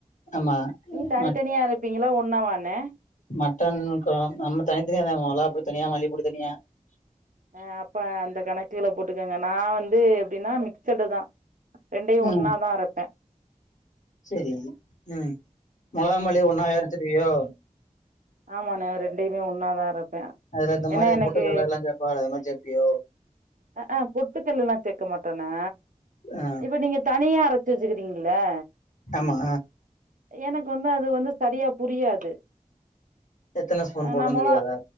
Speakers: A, on the left (about 65°); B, on the right (about 80°).
A: ஆமா
B: நீ தனித்தனியா
A: ம
B: அரைப்பீங்ளா ஒன்னா வானே
A: மட்டன் கொழ நம்ம தனித்தனியா தா மொளாப்பொடி தனியா மல்லிப்பொடி தனியா
B: அ அப்ப அந்த கணக்குகள போட்டுக்கோங்க நா வந்து எப்டின்னா மிக்சடு தா ரெண்டையு
A: ம்
B: ஒன்னாதா அரைப்பே
A: செரி ம் மொளகா மல்லி ஒண்ணாவே அரச்சிருவியோ
B: ஆமா னே ரெண்டயுமே ஒன்னாதா அரப்பே
A: அதுல இந்த மாரி
B: ஏன்னா எனக்கு
A: பொட்டுகல்ல அதுலா சேப்பாகளே அது மாரி சேப்பியோ
B: அ ஆ பொட்டுக்கல்லலா சேர்க்க மாட்டோனா
A: ஆ
B: இப்ப நீங்க தனியா அரச் ச்சி வச்சுக்கிடீங்ளே
A: ஆமா
B: எனக்கு வந்து அது வந்து சரியா புரியாது
A: எத்தன ஸ்பூன்
B: ஆ
A: போடணுன்
B: நம்மொளா
A: தெரியாதா